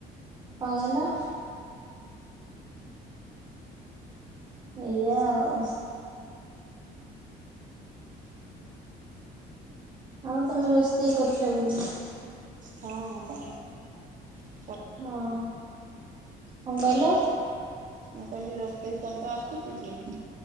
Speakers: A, on the right; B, on the right.
A: କଣ କହିଲ ଏଇଆ ଆଉ
B: <unintelligible> <unintelligible>
A: ଆଉ ତମେ ରୋଷେଇ କରୁଛ ବୋଧେ?
B: ହଁ- ଅଁ।
A: ହଁ ହଁ କଣ କହିଲ?
B: ମୁଁ କହିଲି ରୋଷେଇ ଶବ୍ଦ ଆସୁଛି କି?